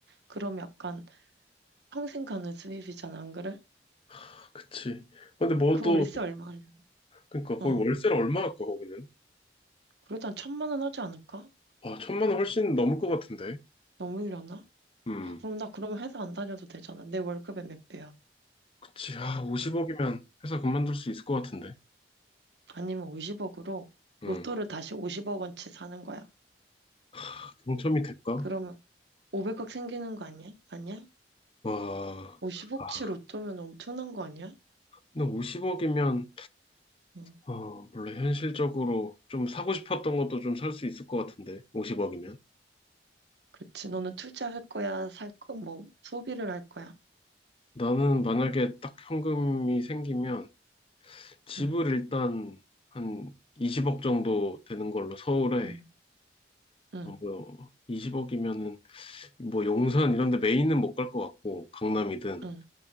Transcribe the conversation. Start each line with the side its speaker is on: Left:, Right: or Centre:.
Right: 그럼 약간 평생 가는 수입이잖아, 안 그래?
Left: 아, 그치. 근데
Right: 어,
Left: 뭐
Right: 그
Left: 또,
Right: 월세 얼마냐?
Left: 그니까, 거기
Right: 어,
Left: 월세를 얼마 할까, 거기는?
Right: 그러다 한 천만 원 하지 않을까?
Left: 아, 천만 원 훨씬 넘을 것 같은데.
Right: 넘으려나?
Left: 음,
Right: 아, 그럼 나 그럼 회사 안 다녀도 되잖아. 내 월급의 몇 배야?
Left: 그치. 아, 50억이면
Right: 음,
Left: 회사 그만둘 수 있을 것 같은데.
Right: 아니면 50억으로
Left: 응,
Right: 로또를 다시 50억 원치 사는 거야.
Left: 아, 당첨이
Right: 어.
Left: 될까?
Right: 그러면 500억 생기는 거 아니야? 아니야?
Left: 와,
Right: 50억치
Left: 아,
Right: 로또면 엄청난 거 아니야?
Left: 근데 50억이면,
Right: 응.
Left: 어, 원래 현실적으로 좀 사고 싶었던 것도 좀 살 수 있을 것 같은데, 50억이면.
Right: 그렇지. 너는 투자할 거야, 살 거, 뭐, 소비를 할 거야.
Left: 나는 만약에 딱 현금이 생기면 집을
Right: 응,
Left: 일단 한 20억 정도 되는 걸로 서울에
Right: 응, 응,
Left: 어, 뭐 20억이면은 뭐 용산 이런 데 메인은 못 갈 것 같고 강남이든
Right: 응,